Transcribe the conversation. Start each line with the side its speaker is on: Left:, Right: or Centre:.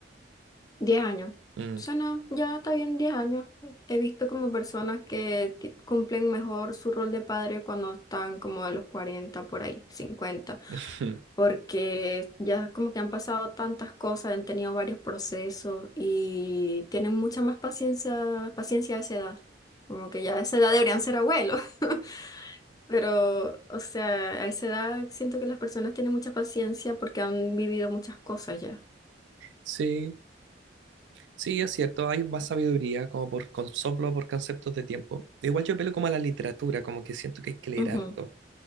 Left: Diez años.
Right: Mm.
Left: Suena, ya está bien diez años. He visto como personas que ti- cumplen mejor su rol de padre cuando están como a los 40 por ahí, 50
Right: <laughs>
Left: porque ya como que han pasado tantas cosas, han tenido varios procesos y tienen mucha más paciencia, paciencia a esa edad. Como que ya a esa edad deberían ser abuelos. <laughs> Pero, o sea, a esa edad siento que las personas tienen mucha paciencia porque han vivido muchas cosas ya.
Right: Sí, sí, es cierto. Hay más sabiduría como por con- soplo, por conceptos de tiempo. Igual yo apelo como a la literatura, como que siento que hay que leer
Left: Ujú,
Right: harto.